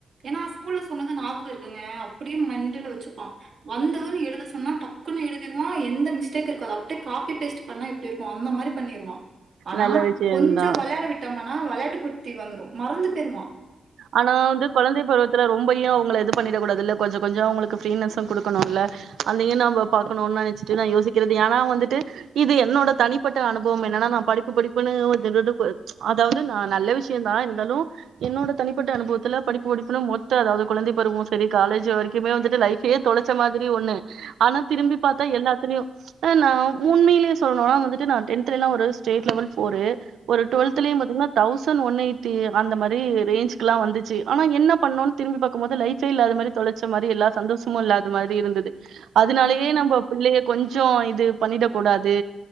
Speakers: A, on the right; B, on the right.
A: ஏன்னா ஸ்கூல்ல சொன்னது ஞாபகோ இருக்குங்க அப்பிடியும் மண்டல வச்சுப்பா வந்தது நீ எழுத சொன்னா டக்குன்னு எழுதிடுவா எந்த மிஸ்டேக்கு இருக்காது அப்டே காப்பி பேஸ்ட் பண்ணா எப்பிடி இருக்கு அந்த மாரி பண்ணிருவா ஆனா
B: நல்ல விஷயந்தா
A: கொஞ்சோ விளையாட விட்டோம்னா விளையாட்டு புத்தி வந்துரு மறந்து பெய்ருவா
B: ஆனா வந்து குழந்தை பருவத்துல ரொம்பையு அவுங்கள இது பண்ணிட கூடாதுல்ல கொஞ்சோ கொஞ்சோ அவுங்களுக்கு ப்ரீனஸசு கொடுக்கணுல்ல அந்தியு நாம பாக்கணுன்னு நெனச்சுட்டு நா யோசிக்கிறது ஏன்னா வந்துட்டு இது என்னோட தனிப்பட்ட அனுபவோ என்னன்னா நா படிப்பு படிப்புன்னு இந்த நெணடுப்பு அதாவது நா நல்ல விஷ்யோதா இருந்தாலு என்னோட தனிப்பட்ட அனுபவத்துல படிப்பு படிப்புன்னு மொத்த அதாவது குழந்தை பருவோ சரி காலேஜ் வரைக்குமே வந்துட்டு லைபே தொலைச்ச மாதிரி ஒண்ணு ஆனா திரும்பி பாத்தா எல்லாத்திலியு நா உண்மையிலே சொல்லணுன்னா வந்துட்டு நா டென்தல ஒரு ஸ்டேட் லெவல் போரு ஒரு டுவெல்த்ல
A: ம்.
B: பாத்தீங்கனா தௌசண்ட் ஒன் எயிட்டி அந்த மாரி ரேஞ்சுக்கெல்லா வந்துச்சு ஆனா என்ன பாண்ணோன் திரும்பி பாக்கு போது லைபே இல்லாத மாரி தொலைச்ச மாரி எல்லா சந்தோசமு இல்லாத மாரி இருந்தது அதனாலேயே
A: ம்.
B: நம்ம பிள்ளை கொஞ்சோ இது பண்ணிடக் கூடாது